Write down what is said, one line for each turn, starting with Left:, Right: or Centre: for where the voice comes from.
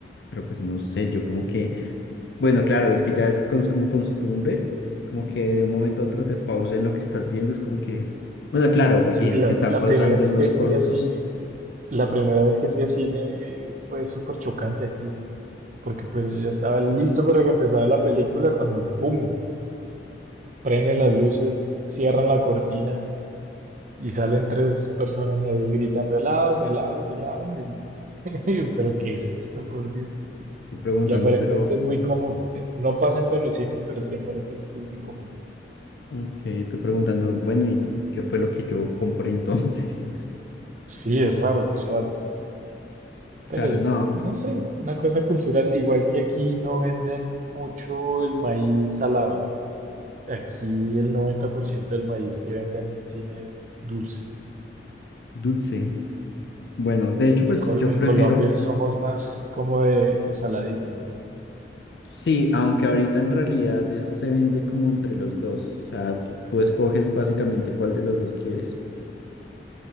Left: pero pues no sé, yo como que... Bueno, claro, es que ya es cons- como costumbre, como que de un momento a otro te pausen lo que estás viendo, es como que... Bueno, claro, porque
Right: Sí,
Left: dices
Right: la,
Left: que están
Right: la
Left: pausando
Right: primera vez
Left: los
Right: que fui
Left: cortos.
Right: a cine, la primera vez que fui a cine fue súper chocante aquí, porque pues yo ya estaba listo para que empezara la película cuando, ¡boom!, prenden
Left: ¿no?
Right: las luces, cierran la cortina Y salen tres personas ahí gritando helados, helados, helados. y- <laughs> Pero ¿qué es esto, por Dios?
Left: Tú preguntando,
Right: Y aparentemente
Left: pero...
Right: es muy común. Eh, No pasa en todos los cines, pero sí aparentemente es muy común.
Left: Ok, tú preguntando, bueno, ¿y qué fue lo que yo compré entonces? <laughs>
Right: Sí, es raro, es raro.
Left: Claro,
Right: Pero es-
Left: no,
Right: no sé, una cosa cultural. Igual que aquí no venden mucho el maíz salado. Aquí el 90% del maíz que venden en cine es dulce.
Left: dulce. Bueno, de hecho,
Right: En,
Left: pues
Right: Col-
Left: yo
Right: en
Left: prefiero...
Right: Colombia somos más como de, de saladito, ¿no?
Left: Sí, aunque ahorita en realidad es- se vende como entre los dos, o sea, tú escoges básicamente cuál de los dos quieres.